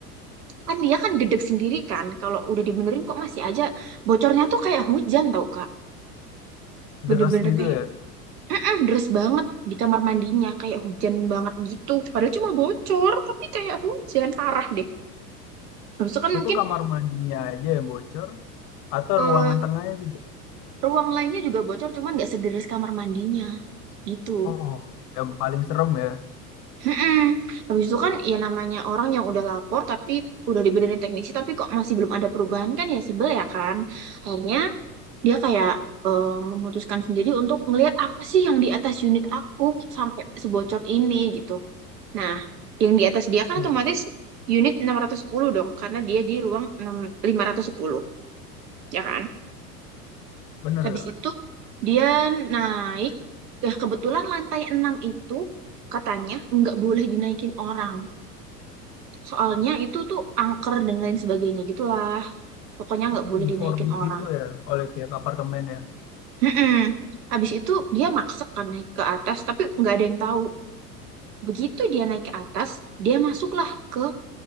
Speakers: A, on the right; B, on the left.
A: kan dia kan gedeg sendiri kan kalau udah dibenerin kok masih aja bocornya tuh kayak hujan tau Kak. Bener-bener
B: deras gitu
A: kayak
B: ya.
A: Mm-mm, deres banget di kamar mandinya kayak hujan banget gitu padahal cuma bocor tapi kayak hujan parah deh habis itu kan mungkin
B: Itu kamar mandinya aja yang bocor atau
A: eh,
B: ruangan tengahnya gitu.
A: ruang lainnya juga bocor cuman nggak sederes kamar mandinya gitu
B: Oh, yang paling serem ya.
A: Mm-mm. habis itu kan ya namanya orang yang udah lapor tapi udah dibenerin teknisi tapi kok masih belum ada perubahan kan ya sebel ya kan akhirnya dia kayak eh, memutuskan sendiri untuk ngelihat apa sih yang di atas unit aku kok sampai sebocor ini gitu Nah, yang di atas dia kan
B: Iya,
A: otomatis unit 610 dong, karena dia di ruang enam- 510, ya kan?
B: bener
A: Habis
B: ya.
A: itu dia naik, nah kebetulan lantai 6 itu katanya nggak boleh dinaikin orang. Soalnya itu tuh angker dan lain sebagainya gitulah. Pokoknya nggak
B: Hmm,
A: boleh
B: Di
A: dinaikin
B: forbid
A: orang.
B: gitu ya oleh pihak apartemen ya.
A: Mm-mm. Habis itu dia maksa kan naik ke atas, tapi nggak ada yang tahu. Begitu dia naik ke atas, dia masuklah ke